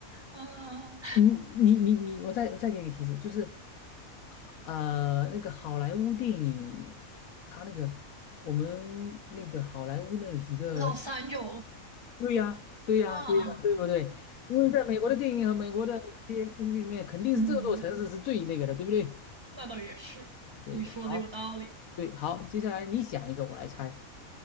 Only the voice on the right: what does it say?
嗯
，Los Angeles
啊，
嗯。
那倒也是，
你说的有道理。